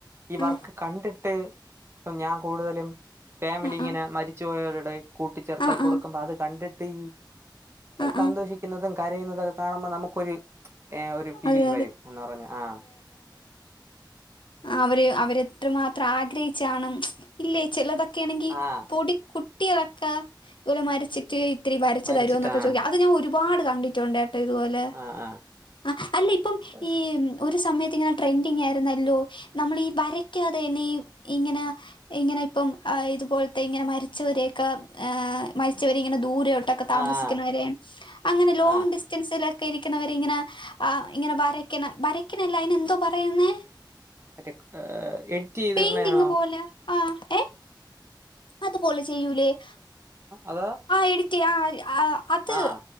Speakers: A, on the right; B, on the left.
A: ഈ വർക്ക്
B: ആ
A: കണ്ടിട്ട് ഇപ്പൊ ഞാൻ കൂടുതലും ഫാമിലി
B: ആ
A: ഇങ്ങനെ
B: ആ
A: മരിച്ചു പോയവരു കൂട്ടി ചേർത്ത
B: ആ
A: അത് കൊടുക്കുമ്പോ
B: ആ
A: അത് കണ്ടിട്ട് തെയ്
B: ആ
A: സന്തോഷിക്കുന്നതും
B: ആ
A: കരയുന്നതും ഇതൊക്കെ കാണുമ്പോൾ നമുക്കൊരരീ ഏ ഒരു ഫീൽ
B: അതെ
A: വരും എന്ന് പറഞാ ആ
B: ആ അവര് അവരത്രമാത്രം ആഗ്രഹിച്ചാണ്ും ഇല്ലേ ചിലതൊക്കെ ണെങ്കിൽ
A: ആഹ്
B: പൊടി കുട്ടി കളൊക്കെ ദെ പോലെ മരിച്ചിട്ട് ഇത്തിരി വരച്
A: മരിച്ചിട്ട്
B: തരോന്നൊക്കെ
A: ആഹ്
B: ചോയ്ക്കാൻ അത് ഞാനൊരു ഒരുപാട് കണ്ടിട്ടുണ്ട് ഇതുപോലെ
A: ആഹ് ആഹ്
B: അ അല്ലി
A: പഷ്
B: ഈ ഒരു സമയത്ത് ഇങ്ങനെ ട്രെൻഡിങ് ആയിരുന്നല്ലോ നമ്മളീ ഈ വരയ്ക്കുന്നത് തന്നെ ഈ ഇങ്ങനെ ഇങ്ങനെ ഇപ്പം ഇതുപോലത്തെ ഇങ്ങനെ മരിച്ചവരെയൊക്കെ മരിച്ചവരെ ഇങ്ങനെ ദൂര ടൊക്കെ താമസിക്കുന്നവരെ
A: ആഹ്
B: അങ്ങനെ ലോങ്ങ്‌
A: ആഹ്
B: ഡിസ്റ്റൻസില് ഒക്കെ ഇരിക്കുന്നവർ ഇങ്ങനെ ആ് ഇങ്ങനെ വരയ്ക്കണ വരയ്ക്കണല്ല അയ്ൻ എന്തോ പറയുന്നേ
A: മറ്റേ എഡിറ്റ് ചെയ്തിടി
B: പെയിന്റിങ്
A: നയാണോ
B: പോലെ ആ ഏ അതുപോലെ ചെയ്യൂലേ <unintelligible>
A: അതോ
B: ആ എഡിറ്റെയ്യാം ആ അത്
A: ആഹ്